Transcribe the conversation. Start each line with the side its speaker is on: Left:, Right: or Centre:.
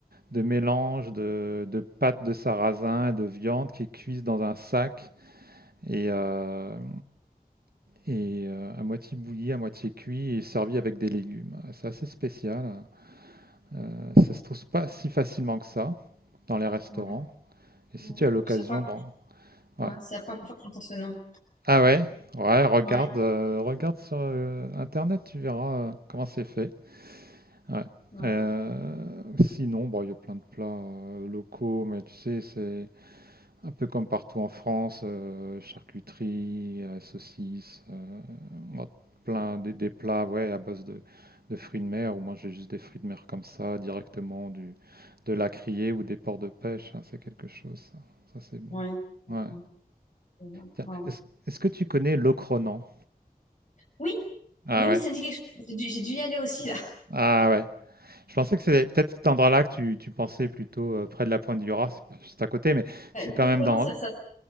Right: de mélange de de pâte de sarrasin et de viande qui est cuite dans un sac et hem et heu, à moitié bouilli, à moitié cuit et servi avec des légumes. Ah, C'est assez spécial, heu, ça se trouve pas si facilement que ça dans les restaurants
Left: Ouais.
Right: et si
Left: Ouais.
Right: tu as l'occasion
Left: C'est la première
Right: d'en
Left: fois
Right: ouais.
Left: ouais, c'est la première fois que j'entends ce nom.
Right: Ah ouais, ouais, regarde,
Left: Ouais.
Right: euh, regarde sur euh, Internet, tu verras euh, comment c'est fait. Ouais.
Left: Ouais.
Right: Euh, sinon, bon, il y a plein de plats euh, locaux, mais tu sais, c'est un peu comme partout en France, euh, charcuterie, euh, saucisses, euh, on a plein des, des plats, ouais, à base de, de fruits de mer, ou moi j'ai juste des fruits de mer comme ça, directement du, de la criée ou des ports de pêche, hein, c'est quelque chose, ça, ça c'est bon.
Left: Ouais. D'accord.
Right: Ouais.
Left: Je vois.
Right: Tiens,
Left: Ouais.
Right: est-ce, est-ce que tu connais l'ocronan?
Left: Oui,
Right: Ah
Left: oui, oui,
Right: ouais.
Left: ça me dit quelque chose. J'ai dû, j'ai dû y aller aussi, là. <laughs>
Right: Ah ouais. Je pensais que c'était peut-être cet endroit-là que tu, tu pensais plutôt euh, près de la pointe du Raz, c'est pas juste à côté, mais
Left: Ouais,
Right: c'est quand
Left: Le pronom,
Right: même dans.
Left: ça, ça,